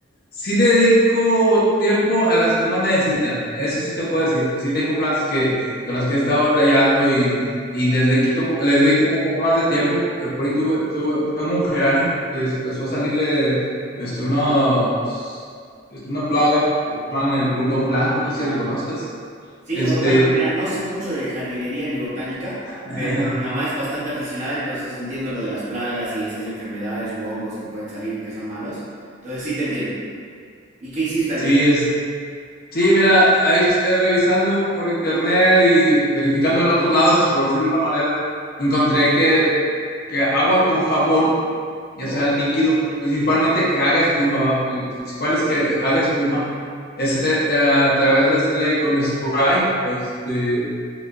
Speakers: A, on the left; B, on the right.
A: sí le dedico tiempo a las que más necesitan. Eso sí te puedo decir, que sí tengo plantas que, con las que he estado batallando y, y les dedico, po- les dedico un poco más de tiempo. Eh, por ahí tuve, tuve- tengo un geranio que empezó a salirle este, unos- este, una plaga, lo llaman el pulgón
B: Oh, no,
A: blanco, no sé
B: ya.
A: si lo conozcas.
B: Sí,
A: Este,
B: o- bueno, mira, no sé mucho de jardinería ni botánica,
A: <laughs>
B: pero bueno, mi mamá es bastante aficionada, entonces entiendo lo de las plagas y esas enfermedades u hongos que pueden salir y que son malos. Entonces sí te entiendo. ¿Y qué hiciste al
A: Sí,
B: respecto?
A: Sí, mira, ahí eh, revisando por internet y verificando en otros lados, <laughs> por decirlo de una manera, encontré que, que agua con jabón, ya
B: Oh,
A: sea líquido, principalmente que haga espuma, ¿va? El principal es que haga espuma, es eh, eh, a través de hacerle con spray, este,